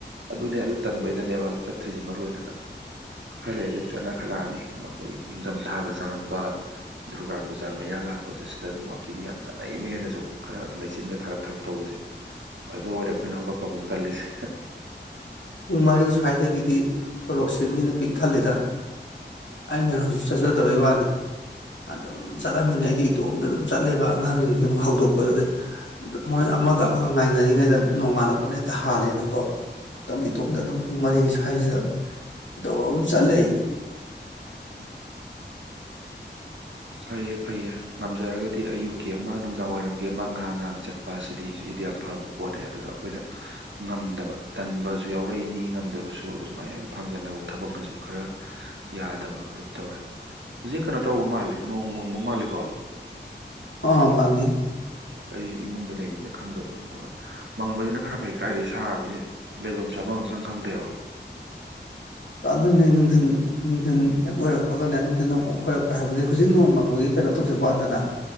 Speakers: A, on the right (about 80°); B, on the left (about 80°).
A: ꯑꯗꯨꯅꯦ ꯑꯗꯨ ꯇꯟꯕꯩꯗꯅꯦꯕ ꯆꯠꯇ꯭ꯔꯤꯖꯦ ꯃꯔꯨꯑꯣꯏꯅ ꯑꯗꯨ ꯈꯔ ꯂꯩꯔꯗꯤ ꯑꯗꯨꯝ ꯆꯠꯅ ꯈꯠꯂꯛꯑꯅꯤ ꯑꯩꯈꯣꯏ ꯏꯪꯊꯝ ꯊꯥꯒ ꯆꯪꯉꯛꯄ ꯗꯨꯔꯒꯥ ꯄꯨꯖꯥ ꯃꯌꯥ ꯂꯥꯛꯄꯁꯦ ꯁꯤꯗ ꯑꯗꯨꯝ ꯋꯥꯛꯀꯤꯡ ꯌꯥꯝ ꯆꯥꯠꯅꯩꯃꯦ ꯍꯦꯟꯅꯖꯨ ꯈꯔ ꯑꯗꯨꯝ ꯂꯩꯆꯤꯟꯒ ꯊꯥꯔꯞ ꯊꯥꯔꯞ ꯇꯧꯕꯁꯦ ꯑꯗꯨ ꯑꯣꯏꯔꯦ ꯑꯩꯈꯣꯏꯅ ꯍꯧꯒꯠꯄ ꯑꯃꯨꯛ ꯇꯜꯂꯤꯁꯦ
B: ꯄꯨꯡ ꯃꯔꯤ ꯁ꯭ꯋꯥꯏꯗꯒꯤꯗꯤ ꯁꯣꯔꯣꯛꯁꯦ ꯃꯤꯅ ꯄꯤꯛ ꯊꯜꯂꯤꯗ ꯑꯩꯅ ꯍꯧꯖꯤꯛ ꯆꯠꯆꯗꯕꯩ ꯋꯥꯅꯦ ꯑꯗꯨꯝ ꯆꯠꯂꯝꯃꯤꯅꯦ ꯑꯩꯗꯤ ꯏꯇꯣꯝꯗ ꯑꯗꯨꯝ ꯆꯠꯂꯦꯕ ꯑꯉꯥꯡꯁꯤꯡꯖꯦ ꯑꯃꯨꯛ ꯍꯧꯗꯣꯛꯄꯗꯗꯤ ꯃꯣꯏ ꯑꯃꯒ ꯑꯃꯒ ꯉꯥꯏꯅꯔꯤꯉꯩꯗ ꯅꯣꯡꯉꯥꯜꯂꯛꯄꯅ ꯍꯦꯛꯇ ꯍꯥꯂꯦꯅꯀꯣ ꯑꯗꯨꯝ
A: ꯎꯝ
B: ꯏꯇꯣꯝꯗ ꯑꯗꯨꯝ ꯄꯨꯡ ꯃꯔꯤꯒꯤ ꯁ꯭ꯋꯥꯏꯁꯤꯗ ꯑꯗꯨꯝ ꯆꯠꯂꯦ
A: ꯐꯩꯌꯦ ꯐꯩꯌꯦ ꯉꯝꯖꯔꯒꯗꯤ ꯑꯌꯨꯛꯀꯤ ꯑꯃ ꯅꯨꯡꯗꯥꯡ ꯋꯥꯏꯔꯝꯒꯤ ꯑꯃ ꯉꯥꯍꯥꯛ ꯉꯥꯍꯥꯛ ꯆꯠꯄ ꯑꯁꯤꯗꯤ ꯁꯤꯗꯤ ꯌꯥꯝ ꯐꯕ ꯄꯣꯠꯅꯦ ꯑꯗꯨꯗ ꯑꯩꯈꯣꯏꯅ ꯉꯝꯗꯕ ꯇꯟꯕꯖꯨ ꯌꯥꯎꯔꯛꯏꯅꯤ ꯉꯝꯗꯕꯁꯨ ꯑꯗꯨ ꯁꯨꯃꯥꯏꯅ ꯍꯦꯛꯇ ꯐꯥꯡꯖꯟꯅꯕ ꯊꯕꯛꯅꯁꯨ ꯈꯔ ꯌꯥꯗꯕ ꯑꯗꯨꯝ ꯇꯧꯔꯦ ꯍꯧꯖꯤꯛ ꯀꯩꯅꯣ ꯇꯧꯕ ꯃꯥꯜꯂꯦ ꯅꯣꯡ ꯃꯪꯕ ꯃꯥꯜꯂꯤꯀꯣ
B: ꯑꯣ ꯃꯪꯉꯤ
A: ꯑꯩꯖꯨ ꯏꯃꯨꯡꯗ ꯂꯩꯝꯃꯤꯅ ꯈꯪꯗꯕ ꯀꯣ ꯃꯪꯕꯖꯤꯅ ꯈꯔ ꯐꯩ ꯀꯥꯏꯗꯩ ꯁꯥꯕꯖꯦ ꯂꯩꯕꯝ ꯆꯥꯕꯝ ꯑꯝꯇꯪ ꯈꯪꯗꯦꯕ
B: ꯆꯥ ꯑꯗꯨꯅꯦ ꯅꯨꯡꯊꯤꯟ ꯅꯨꯡꯊꯤꯟ ꯍꯦꯛ ꯑꯣꯏꯔꯛꯄꯒꯅꯦ ꯅꯨꯡꯊꯤꯟ ꯑꯣ ꯑꯣꯏꯔꯛꯄ ꯍꯥꯏꯕꯗꯤ ꯍꯧꯖꯤꯛ ꯅꯣꯡ ꯃꯪꯕꯒꯤ ꯀꯩꯅꯣ ꯇꯧꯖꯕ ꯋꯥꯅꯤꯗꯅ